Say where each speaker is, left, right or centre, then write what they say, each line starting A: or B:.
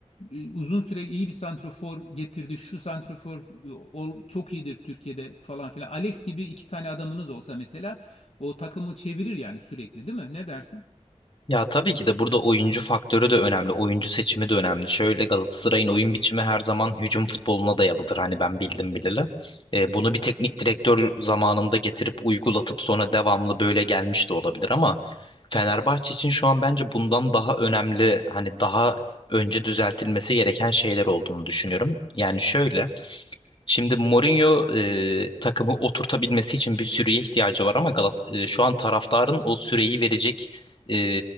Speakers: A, on the left; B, on the left.
A: e, uzun süre iyi bir santrofor getirdi. Şu santrofor e, ol- çok iyidir Türkiye'de falan filan. Alex gibi iki tane adamınız olsa mesela o takımı çevirir yani sürekli değil mi? Ne dersin?
B: Ya tabii ki de burada oyuncu faktörü de önemli, oyuncu seçimi de önemli. Şöyle Galatasaray'ın oyun biçimi her zaman hücum futboluna dayalıdır. Hani ben bildim bileli. E, bunu bir teknik direktör zamanında getirip uygulatıp sonra devamlı böyle gelmiş de olabilir ama Fenerbahçe için şu an bence bundan daha önemli hani daha önce düzeltilmesi gereken şeyler olduğunu düşünüyorum. Yani şöyle Şimdi Mourinho e, takımı oturtabilmesi için bir süreye ihtiyacı var ama Galat e, şu an taraftarın o süreyi verecek e,